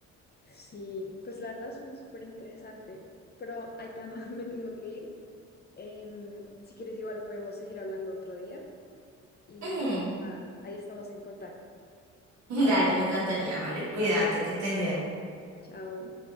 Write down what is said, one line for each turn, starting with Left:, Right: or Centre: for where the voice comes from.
Left: Sí, pues la verdad suena súper interesante, pero Aitana, <laughs> me tengo que ir. Em, si quieres igual podemos seguir hablando otro día y
Right: Ujú.
Left: ah, ahí estamos en contacto.
Right: <laughs> Dale, me encantaría, vale. Cuídate, que estés bien.
Left: Chao.